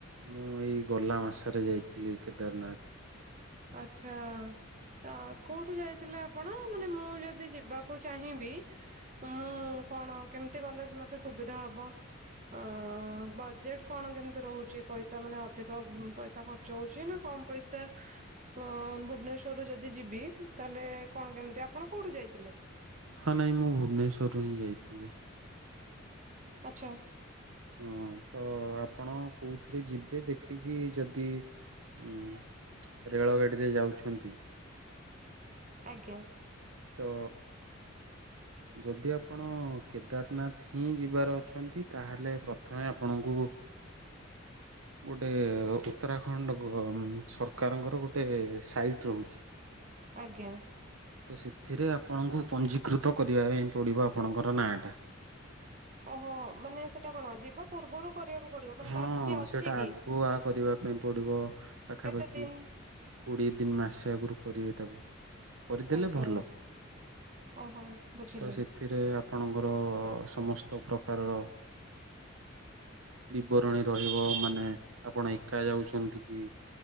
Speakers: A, on the right; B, on the right.
A: ମୁଁ ଏଇ ଗଲା ମାସରେ ଯାଇଥିଲି କେଦାରନାଥ।
B: ଆଚ୍ଛା ତ କୋଉଠୁ ଯାଇଥିଲେ ଆପଣ ମାନେ ମୁଁ ଯଦି ଯିବାକୁ ଚାହିଁବି ତ ମୁଁ କଣ କେମିତି ଗଲେଜ ମତେ ସୁବିଧା ହବ? ଅ ବଜେଟ କଣ କେମିତି ରହୁଛି ପଇସା ମାନେ ଅଧିକ ପଇସା ଖର୍ଚ୍ଚ ହଉଚି ନା କମ ପଇସା? ଅ ଭୁବନେଶ୍ଵର ରୁ ଯଦି ଯିବି ତାହେଲେ କଣ କେମିତି, ଆପଣ କୋଉଠୁ ଯାଇଥିଲେ?
A: ହଁ ନାଇଁ ମୁଁ ଭୁବନେଶ୍ଵରରୁ ହିଁ ଯାଇଥିଲି।
B: ଆଚ୍ଛା।
A: ହଁ ତ ଆପଣ କୋଉଥିରେ ଯିବେ ଦେଖିକି ଯଦି ଉଁ ରେଳ ଗାଡିରେ ଯାଉଛନ୍ତି?
B: ଆଜ୍ଞା।
A: ତ ଯଦି ଆପଣ କେଦାରନାଥ ହିଁ ଯିବାର ଅଛନ୍ତି ତାହେଲେ ପ୍ରଥମେ ଆପଣଙ୍କୁ ହୁଁ। ଗୋଟେ ଉତ୍ତରାଖଣ୍ଡ ସରକାରଙ୍କର ଗୋଟେ ସାଇଟ୍ ରହୁଛି। ଆଚ୍ଛା।
B: ଆଜ୍ଞା।
A: ତ ସେଥିରେ ଆପଣଙ୍କୁ ପଞ୍ଜୀକୃତ କରିବା ପାଇଁ ପଡିବ ଆପଣଙ୍କର ନାଁ ଟା?
B: ଓହୋ ମାନେ ସେଇଟା କଣ ଯିବା ପୂର୍ବରୁ କରିବାକୁ ପଡିବ ମାନେ
A: ହଁ
B: ତାର କିଛି ଅଛି
A: ସେଇଟା
B: କି?
A: ଆଗୁଆ କରିବା ପାଇଁ ପଡିବ ପାଖାପାଖି
B: କେତେ ଦିନ
A: କୋଡ଼ିଏ ଦିନ ମାସେ ଆଗରୁ କରିବେ ତାକୁ। କରିଦେଲେ
B: ଆଛା
A: ଭଲ
B: ଓହୋ ବୁଝିଲି।
A: ତ ସେଥିରେ ଆପଣଙ୍କର ସମସ୍ତ ପ୍ରକାରର ବିବରଣୀ ରହିବ ମାନେ ଆପଣ ଏକା ଯାଉଛନ୍ତି କି?